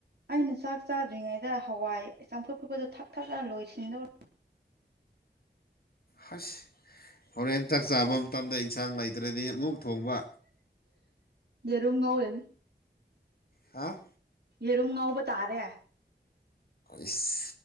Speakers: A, on the right; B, on the left.
A: ꯑꯩꯅ ꯆꯥꯛ ꯆꯥꯗ꯭ꯔꯤꯉꯩꯗ ꯍꯋꯥꯏ ꯆꯝꯐꯨꯠ ꯐꯨꯠꯄꯗꯣ ꯊꯛ ꯊꯛꯑ ꯂꯣꯏꯁꯤꯟꯗꯧꯔ
B: ꯍꯁ ꯍꯣꯔꯦꯟ ꯆꯥꯛ ꯆꯥꯕ ꯃꯇꯝꯗ ꯏꯟꯁꯥꯡ ꯂꯩꯇ꯭ꯔꯗꯤ ꯑꯃꯨꯛ ꯊꯣꯡꯕ
A: ꯌꯦꯔꯨꯝ ꯉꯧꯔꯥꯅꯤ
B: ꯍꯥꯥ
A: ꯌꯦꯔꯨꯝ ꯉꯧꯕ ꯇꯥꯔꯦ
B: ꯏꯁ